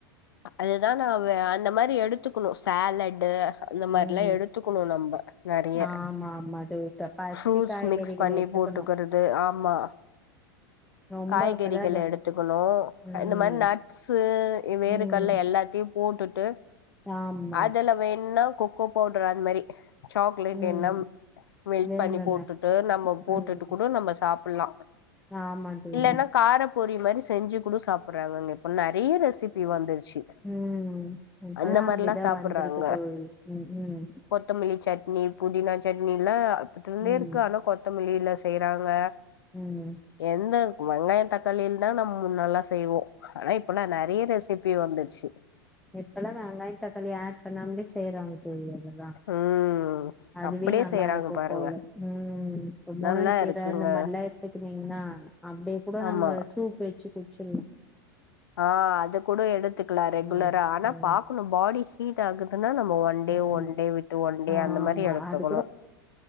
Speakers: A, on the left; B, in the centre.
A: அதுதா நான் அந்த மாரி எடுத்துக்கணு சேலட்டு அந்த மாரி
B: ம்
A: எல்லா எடுத்துக்கணு நம்ப நெறய
B: ஆமா ஆமா தோழி பச்சை
A: ஃப்ரூட்ஸ்
B: காய்கறிகள
A: மிக்ஸ் பண்ணி
B: எடுத்துக்கணு
A: போட்டுக்கிறது ஆமா
B: ரொம்ப
A: காய்கறிகள
B: இப்பதா அது
A: எடுத்துக்கணு
B: ம்
A: இந்த மாரி நட்ஸு வேறு
B: ம்
A: கல்ல எல்லாத்தையு போட்டுட்டு
B: ஆமா
A: அதுல வேனா கொக்கோ பவுடர் அந்த மாரி சாக்லேட்
B: ம்
A: என்னம் மெல்ட்
B: வேணுன்ன
A: பண்ணி போட்டுட்டு நம்ம போட்டுட்டு
B: ம்
A: கூட நம்ம சாப்ல்லா
B: ஆமா தோழி
A: இல்லைனா கார பொறி மாரி செஞ்சு கூட சாப்பிடறாங்கங்க இப்ப நெறயா ரெசிபி பி வந்துருச்சு
B: ம் இப்பல்லா
A: அந்த மாரில்லா
B: அப்டிதா
A: சாப்டுறாங்க
B: வந்திருக்கு தோழி ம் ம்
A: கொத்தமல்லி சட்னி புதினா சட்னியெல்லா அப்பதுலந்தே
B: ம்
A: இருக்கு ஆனா கொத்தமல்லில செய்றாங்க
B: ம்
A: எந்த வெங்காயோ தக்காளில்தான் நம் செய்வோ ஆனா இப்பெல்லா நெறயா ரெசிபி வந்துருச்சு
B: இப்பெல்லா வெங்காய தக்காளி ஆட் பண்ணாமலயே செய்யறாங்க தோழி அதெல்லா
A: ம்
B: அதுவே
A: அப்டியே
B: நல்லா
A: செய்யறாங்க
B: இருக்கும்போல
A: பாருங்க
B: ம் முருன்கீர
A: நல்லா இருக்குங்க
B: அந்த மாதரில்லா எத்துக்கனீங்கன்னா அப்டியே கூட
A: ஆமா
B: நம்ம சூப் வெச்சு குச்சினு
A: ஆ அது கூட எடுத்துக்கலா ரெகுலரா
B: ம்
A: ஆனா
B: ம்
A: பாக்கணு பாடி ஹீட் ஆகுது னா நம்ம ஒன் டே
B: ம்
A: ஒன் டே விட்டு ஒன் டே
B: ஆமா
A: அந்த மாரி எடுத்துக்கணு
B: அது